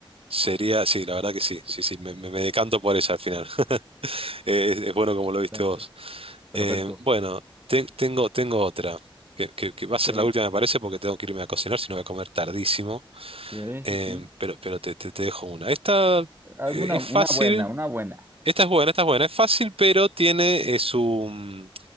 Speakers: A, on the right (about 80°); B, on the right (about 25°).
A: Sería, sí, la verdad que sí, sí, sí, me, me- me decanto por esa al final. <laughs> Eh, Es, es bueno como
B: Bastante.
A: lo viste vos.
B: Perfecto,
A: Eh, bueno, te- tengo, tengo otra, que, que- que va
B: ok,
A: a ser la última, me parece, porque tengo que irme a cocinar, si no voy a comer tardísimo.
B: sí,
A: Eh,
B: sí, sí.
A: pero pero te, te- te dejo una. Esta
B: Hazme
A: eh,
B: una,
A: es
B: una
A: fácil,
B: buena, una buena.
A: esta es buena, esta es buena, es fácil, pero tiene eh, su, mm,